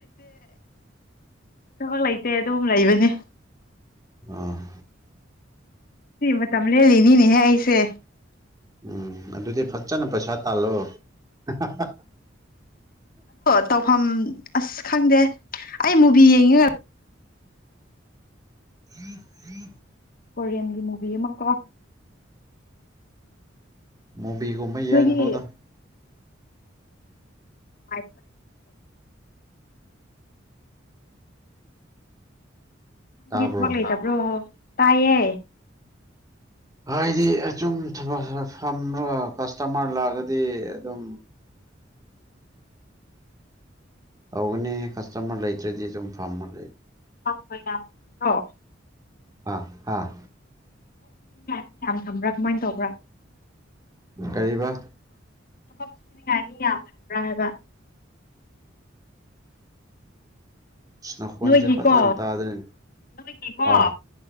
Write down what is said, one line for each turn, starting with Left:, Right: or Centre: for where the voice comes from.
Left: ꯊꯕꯛ ꯂꯩꯇꯦ ꯑꯗꯨꯝ ꯂꯩꯕꯅꯦ
Right: ꯑꯝ
Left: ꯁꯤ ꯃꯇꯝ ꯂꯦꯜꯂꯤꯅꯤꯅꯦꯍꯦ ꯑꯩꯁꯦ
Right: ꯎꯝ ꯑꯗꯨꯗꯤ ꯐ ꯐꯆꯅ ꯄꯩꯁꯥ ꯇꯥꯜꯂꯣ ꯑꯍꯥꯍꯥ
Left: ꯑꯗꯣ ꯇꯧꯐꯝ ꯑꯁ ꯈꯪꯗꯦ ꯑꯩ ꯃꯨꯚꯤ ꯌꯦꯡꯉꯤ
Right: <unintelligible>
Left: ꯀꯣꯔꯤꯌꯟꯒꯤ ꯃꯨꯚꯤ ꯑꯃ ꯀꯣ
Right: ꯃꯨꯕꯤꯒꯨꯝꯕ ꯌꯦꯡꯒꯅꯨꯗ
Left: ꯅꯣꯏꯒꯤ ꯑꯟꯏꯟꯇꯦꯜꯂꯤꯖꯦꯕꯜ ꯅꯪ
Right: ꯇꯥꯕ꯭ꯔꯣ
Left: ꯗꯤ ꯊꯕꯛ ꯂꯩꯇꯕ꯭ꯔꯣ ꯇꯥꯏꯌꯦ
Right: ꯍꯥꯏꯗꯤ ꯑꯆꯨꯝ ꯊꯕꯛ ꯈꯔ ꯐꯝꯃꯒ ꯀꯁꯇꯃꯔ ꯂꯥꯛꯑꯗꯤ ꯑꯗꯨꯝ ꯇꯧꯒꯅꯤ ꯀꯁꯇꯃꯔ ꯂꯩꯇ꯭ꯔꯗꯤ ꯑꯗꯨꯝ ꯐꯝꯃ ꯂꯩ
Left: ꯑꯟꯏꯟꯇꯦꯜꯂꯤꯖꯦꯕꯜ
Right: ꯑꯥ ꯍꯥꯥ
Left: ꯁꯨꯅꯤꯡꯉꯥꯏ ꯌꯥꯝ ꯊꯝꯕ꯭ꯔꯥ ꯀꯃꯥꯏꯅ ꯇꯧꯕ꯭ꯔꯥ
Right: ꯀꯔꯤꯕ
Left: ꯊꯕꯛ ꯁꯨꯅꯤꯉꯥꯏꯅꯤ ꯌꯥꯝ ꯐꯕ꯭ꯔꯥ ꯍꯥꯏꯕ
Right: ꯑꯁ ꯅꯈꯣꯟꯁꯦ
Left: ꯅꯣꯏꯒꯤꯀꯣ
Right: ꯐꯖꯅ ꯇꯥꯗ꯭ꯔꯦꯅꯦ
Left: ꯅꯣꯏꯒꯤꯀꯣ
Right: ꯑꯥ